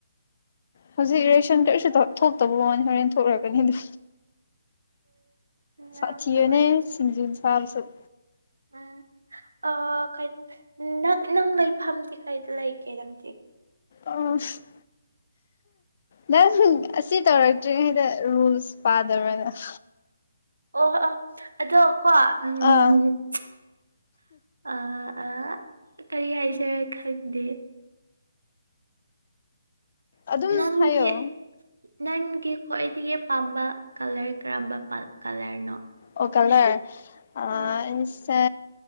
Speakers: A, on the left (about 45°); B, on the right (about 80°).
A: ꯍꯧꯖꯤꯛ ꯏꯔꯦꯛꯁꯟ ꯀꯔꯤꯁꯨ <unintelligible> ꯊꯣꯛꯇꯕ ꯋꯥꯅꯤ ꯍꯣꯔꯦꯟ ꯊꯣꯔꯛꯀꯅꯤ ꯑꯗꯨ
B: ꯌꯥꯝ
A: ꯁꯥꯊꯤꯕꯅꯦ
B: ꯅꯨꯡꯉꯥꯏꯇꯦ
A: ꯁꯤꯡꯖꯨ ꯆꯥꯔꯁꯨ
B: ꯎꯝ ꯑ ꯀꯩꯅꯣ ꯅꯪ ꯅꯪ ꯂꯩꯐꯝꯗꯤ ꯀꯩꯗ ꯂꯩꯒꯦ ꯅꯪꯗꯤ
A: ꯑꯁ ꯅꯪ ꯑꯁꯤ ꯇꯧꯔꯛꯇ꯭ꯔꯤꯉꯩꯗ ꯔꯨꯜꯁ ꯄꯥꯗꯕ꯭ꯔ ꯅꯪ
B: ꯑꯣ ꯑꫭ ꯑꯗꯣ ꯀꯣ ꯎꯝ
A: ꯑꯥ
B: ꯑ ꯑ ꯀꯔꯤ ꯍꯥꯏꯁꯤꯔ ꯈꯪꯗꯦ
A: ꯑꯗꯨꯝ
B: ꯅꯪꯒꯤ
A: ꯍꯥꯏꯌꯣ
B: ꯅꯪꯒꯤ ꯈ꯭ꯋꯥꯏꯗꯒꯤ ꯄꯥꯝꯕ ꯀꯂꯔ ꯀꯔꯝꯕ <unintelligible> ꯀꯂꯔꯅꯣ
A: ꯑꯣ ꯀꯂꯔ ꯑ
B: ꯑꯥ
A: ꯑꯩꯁꯦ